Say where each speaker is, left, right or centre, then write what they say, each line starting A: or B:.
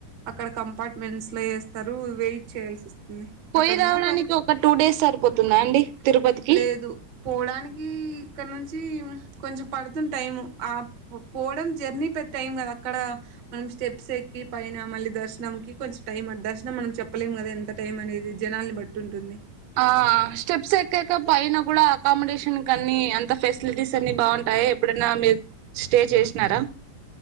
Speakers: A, on the right; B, on the right.
A: అక్క అక్కడ కంపార్ట్మెంట్స్ లో వేస్తారు వెయిట్ చేయాల్సి ఉంది
B: పోయి
A: అక్కడున్న
B: రావడానికి
A: పరు
B: ఒక టూ డేస్ సరిపోతుందా అండి తిరుపతికి
A: లేదు పోడానికి ఇక్కడి నుంచి కొంచెం పడుతుంది టైము పో పోవడం జర్నీ పెద్ద టైం కదా అక్కడ మనం స్టెప్స్ ఎ కి పైన మళ్లీ దర్శనానికి కొంచం టైం అ దర్శనం మనం చెప్పలేం కదా ఎంత టైం అనేది జనాన్ని బట్టి ఉంటుంది
B: ఆ స్టెప్స్ ఎక్కాక పైన కూడా అకామిడేషన్ క అన్ని అంత ఫెసిలిటీస్ అన్ని బాగుంటాయా ఎప్పుడు అన్న మీరు స్టే చేసినారా